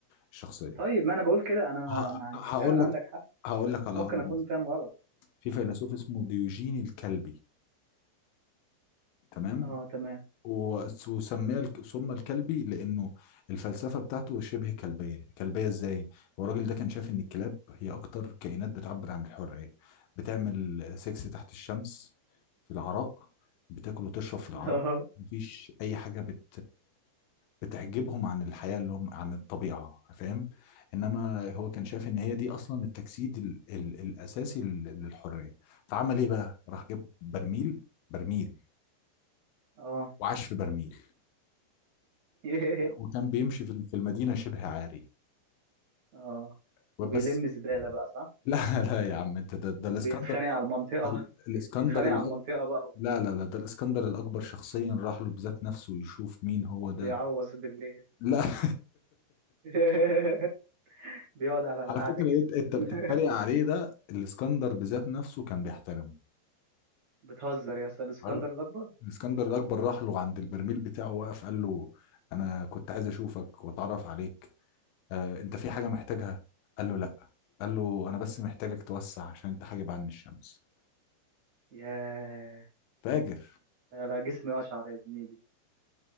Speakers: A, on the left; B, on the right.
A: الشخصيه
B: طيب ما انا بقول كده انا
A: ه...
B: انا انت
A: هقول
B: فعلا
A: لك
B: عندك حق
A: هقول لك على
B: ممكن
A: اقرب
B: اكون
A: مثال.
B: فاهم غلط
A: في فيلسوف اسمه ديوجين الكلبي تمام
B: اه تمام
A: وس- وسمي الك- سمى الكلبي لأنه الفلسفة بتاعته شبه كلبية كلبية إزاي؟ هو الراجل ده كان شايف إن الكلاب هي أكتر كائنات بتعبر عن الحرية بتعمل سكس تحت الشمس في العراء بتاكل وتشرب في العراء
B: <laughs> اه
A: مفيش أي حاجة بت بتحجبهم عن الحياة اللي هم عن الطبيعة فاهم؟ إنما هو كان شايف إن هي دي أصلا التجسيد ال... ال... الأساسي لل- للحرية فعمل إيه بقى؟ راح جاب برميل برميل
B: اه
A: وعاش في برميل
B: <laughs> ياه.
A: وكان بيمشي في في المدينة شبه عاري
B: اه
A: وبس
B: وبيلم زبالة بقى صح
A: <laughs> لا لا يا عم انت ده, ده
B: وبيتخانق
A: الاسكندر
B: على المنطقة
A: ده ال-
B: <laughs>
A: الاسكندر
B: بيتخانق
A: الأكبر
B: على المنطقة بقى
A: لا لا لا ده الاسكندر الأكبر شخصيا راح له بذات نفسه يشوف مين هو
B: وبيعوز
A: ده
B: بالليل
A: لا <laughs>
B: <laughs> بيقعد على
A: على
B: القعدة
A: فكرة
B: كده
A: انت انت
B: <laughs>
A: بتتريق عليه ده الاسكندر بذات نفسه كان بيحترمه
B: بتهزر يا اسطى الاسكندر
A: ايوه
B: الاكبر
A: الاسكندر الأكبر راح له عند البرميل بتاعه وقف قال له أنا كنت عايز أشوفك وأتعرف عليك آه، أنت في حاجة محتاجها؟ قال له لا قال له أنا بس محتاجك توسع عشان أنت حاجب عني الشمس
B: ياه
A: فاجر
B: لا لا، جسمي اشعر يا زميلي